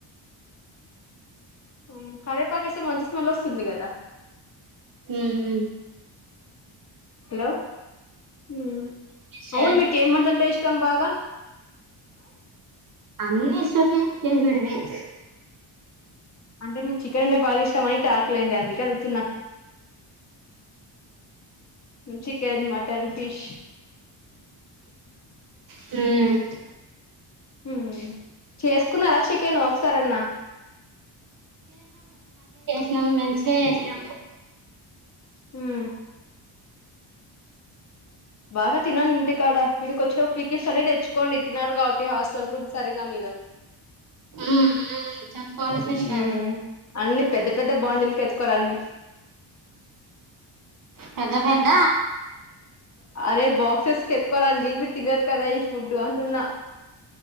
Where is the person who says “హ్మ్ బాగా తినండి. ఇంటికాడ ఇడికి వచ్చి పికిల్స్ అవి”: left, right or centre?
Left